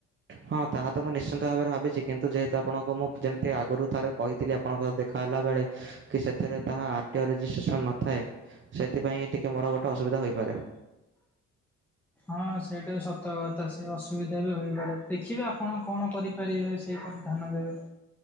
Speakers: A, on the right; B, in the centre.
A: ହଁ ତାହା ତ ମୁଁ ନିଶ୍ଚିନ୍ତ ଭାବରେ ଭାବିଚି କିନ୍ତୁ ଯେହେତୁ ଆପଣଙ୍କୁ ମୁଁ ଯେମିତି ଆଗରୁ ଥରେ କହିଥିଲି ଆପଣଙ୍କ ସହ ଦେଖା ହେଲାବେଳେ। କି ସେଥିରେ ତାହା ଆରଟିଅ ରେଜିଷ୍ଟ୍ରେସନ ନଥାଏ। ସେଥିପାଇଁ ଏ ଟିକେ ମୋର ଗୋଟେ ଅସୁବିଧା ହୋଇପାରେ।
B: ହଁ ସେଇଟାବି ସତକଥା ସେ ଅସୁବିଧା ବି ହୋଇପାରେ ଦେଖିବେ ଆପଣ କଣ କରିପାରିବେ। ସେପରି ଧାନ ଦେବେ।